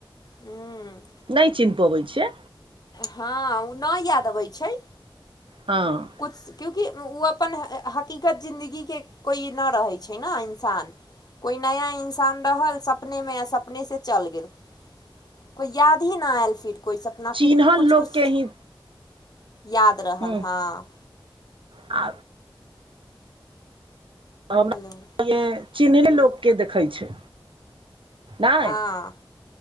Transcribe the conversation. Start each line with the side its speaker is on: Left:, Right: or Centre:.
Left: हूँ
Right: नहि चिन्ह पबै छैियै
Left: हँ ओ नहि याद अबै छिये
Right: हँ
Left: कुछ क्योकि ओ अपन हकीकत जिन्दगीके कोइ न रहै छै नऽ इंसान कोइ नया इन्सान रहल सपनेमे आ सपनेसँ चलि गेल कोइ याद ही न आयल फिर कोइ सपना
Right: चिन्हल
Left: कि कुछ
Right: लोकके
Left: कुछ
Right: ही
Left: याद रहल
Right: हुँ
Left: हाँ
Right: आ हमरा
Left: हेलो
Right: चिनहले
Left: हूँ
Right: लोकके देखै छै नहि
Left: हँ